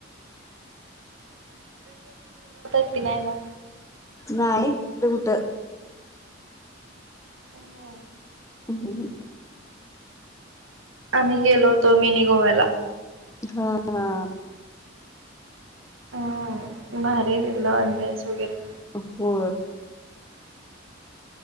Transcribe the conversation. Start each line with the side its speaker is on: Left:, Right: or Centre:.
Right: प नाहीय म
Left: नाहीय कुठ
Right: हो
Left: हम् हम हम
Right: आम्ही गेलो होतो मिनी गोव्याला
Left: हा हा
Right: हम् भारी दिला अस वगैरे
Left: हो